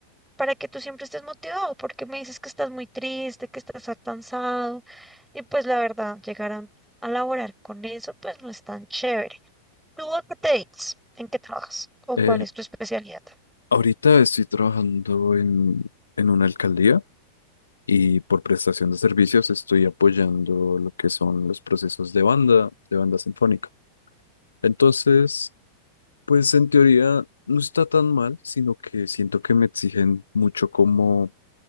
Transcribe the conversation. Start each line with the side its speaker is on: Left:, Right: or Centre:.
Centre: para que tú siempre estés motivado, porque me dices que estás muy triste, que estás cansado, y pues la verdad, llegar a, a laborar con eso, pues no es tan chévere. ¿Tú a qué te dedicas? ¿En qué trabajas? ¿O
Left: Eh,
Centre: cuál es tu especialidad?
Left: ahorita estoy trabajando en, en una alcaldía y por prestación de servicios estoy apoyando lo que son los procesos de banda, de banda sinfónica. Entonces, pues en teoría no está tan mal, sino que siento que me exigen mucho como